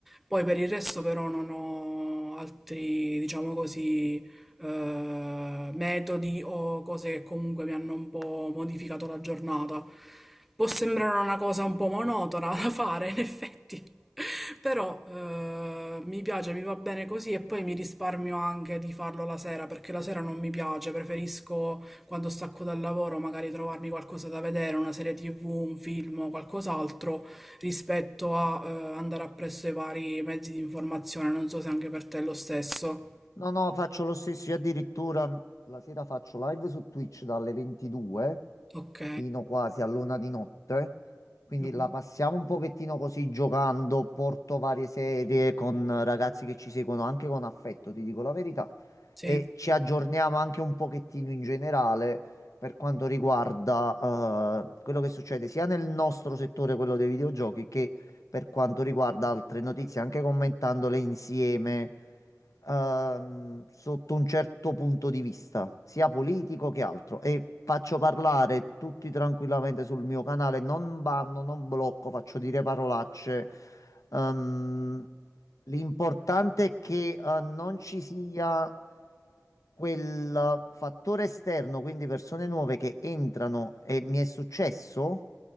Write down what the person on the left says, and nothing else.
No, no, faccio lo stesso. Io addirittura mh, la sera faccio live su Twitch dalle 22
fino quasi all'una di notte. Quindi
la passiamo un pochettino così giocando. Porto varie serie con ragazzi che ci seguono anche con affetto, ti dico la verità.
E ci aggiorniamo anche un pochettino in generale per quanto riguarda eh, quello che succede sia nel nostro settore, quello dei videogiochi, che per quanto riguarda altre notizie, anche commentandole insieme ehm, sotto un certo punto di vista, sia politico che altro. E faccio parlare tutti tranquillamente sul mio canale, non banno, non blocco, faccio dire parolacce. Ehm, l'importante è che eh, non ci sia quel fattore esterno, quindi persone nuove che entrano e mi è successo,